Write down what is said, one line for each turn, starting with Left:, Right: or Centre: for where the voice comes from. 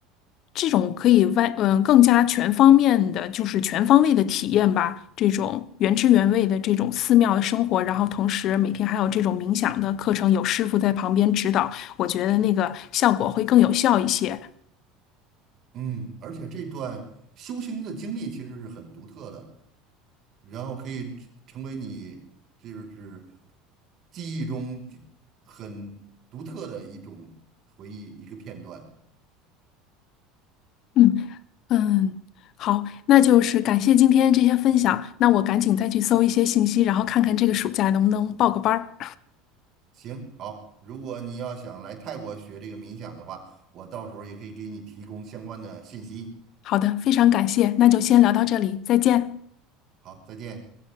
Left: 这种可以外，嗯，更加全方面的，就是全方位的体验吧。这种原汁原味的这种寺庙的生活，然后同时每天还有这种冥想的课程，有师傅在旁边指导，我觉得那个效果会更有效一些。
Right: 嗯，而且这段修行的经历其实是很独特的，然后可以成成为你就是记忆中就很独特的一种回忆，一个片段。
Left: 嗯。嗯，好，那就是感谢今天这些分享，那我赶紧再去搜一些信息，然后看看这个暑假能不能报个班儿。
Right: 行，好，如果你要想来泰国学这个冥想的话，我到时候也可以给你提供相关的信息。
Left: 好的，非常感谢，那就先聊到这里，再见。
Right: 好，再见。